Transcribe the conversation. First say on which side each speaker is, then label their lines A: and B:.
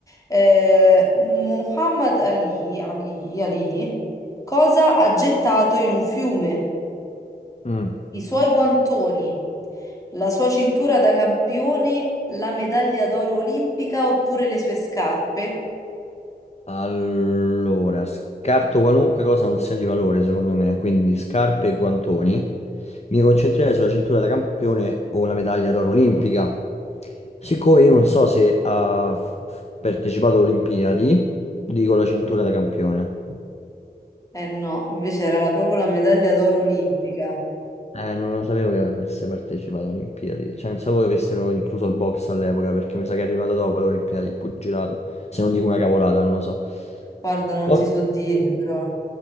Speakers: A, on the left; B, on the left.
A: eh, Muhammad Ali, Ali, Ali, cosa ha gettato in un fiume?
B: Mm.
A: I suoi guantoni, la sua cintura da campione, la medaglia d'oro olimpica oppure le sue scarpe?
B: Allora, scarto qualunque cosa non sia di valore, secondo me, quindi scarpe e guantoni. Mi concentrerei sulla cintura da campione o la medaglia d'oro olimpica. Siccome io non so se ha f- partecipato alle Olimpiadi, dico la cintura da campione.
A: Eh no, invece era la- proprio la medaglia d'oro olimpica.
B: Eh, non lo sapevo che avesse partecipato alle Olimpiadi, cioè non sapevo che avessero incluso il box all'epoca, perché mi sa che è arrivato dopo alle Olimpiadi il pugilato, se non dico una cavolata, non lo so.
A: Guarda, non
B: Ok,
A: ti so dire, però,